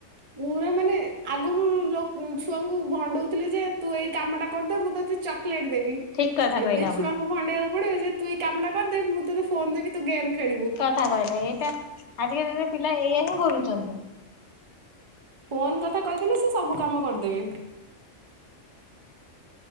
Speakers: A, on the right; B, on the left.
A: ପୁରା ମାନେ ଆଗରୁ ଲ ଛୁଆଙ୍କୁ ଭଣ୍ଡଉଥିଲେ ଯେ ତୁ ଏଇ କାମ ଟା କରିଦେ ମୁଁ ତତେ ଚକ୍। ଚକଲଟେ ଦେବି।
B: ଠିକ କଥା
A: ଏବେ
B: କହିଲେ ଆପଣ
A: ଛୁଆଙ୍କୁ ଭଣ୍ଡେଇବାକୁ ପଡିବ ଯେ ତୁ ଏ କାମ ଟା କରିଦେ ମୁଁ ତୋତେ ଫୋନ ଦେବି ତୁ ଗେମ୍ ଖେଳିବୁ।
B: କଥା କହିଲେ ଏଇଟା ଆଜିକାଲିର ପିଲା ଏଇଆ ହିଁ କରୁଛନ୍ତି।
A: ଫୋନ କଥା କହିଥିଲେ ସେ ସବୁ କାମ କରିଦେବେ।